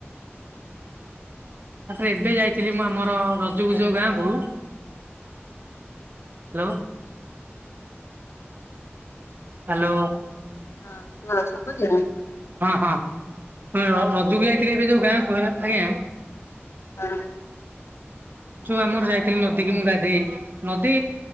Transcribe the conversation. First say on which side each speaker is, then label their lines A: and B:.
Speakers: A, on the right; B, on the left.
A: ତାପରେ ଏବେ ଯାଇଥିଲି ମୁଁ ଆମର ରଜ ଗୁ ଯୋଉ ଗାଁ କୁ ହାଲୋ ହାଲୋ
B: ହଁ ଶୁଭୁଛି ନା
A: ହଁ ହଁଅ ରଜକୁ ଯାଉଥିଲି ଏବେ ଯୋଉ ଗାଁ କୁ ହ ଆଜ୍ଞା
B: ହଁ
A: ଯୋଉ ଆମର ଯାଇଥିଲି ନଦୀ କି ମୁ ଗାଧେଇ ନଦୀ